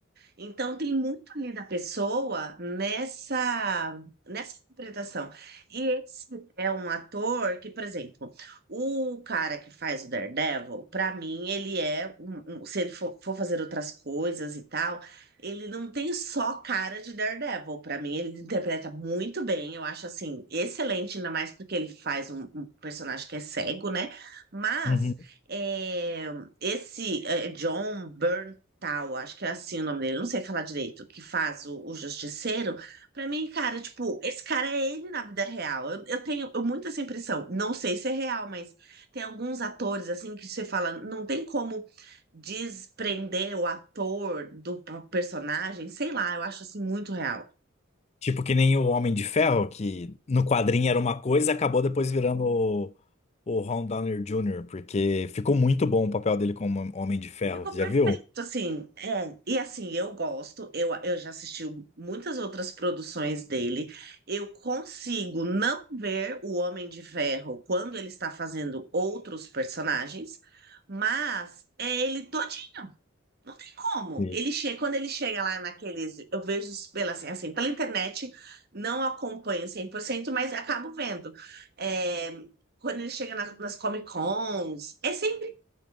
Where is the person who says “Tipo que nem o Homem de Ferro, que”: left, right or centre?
Left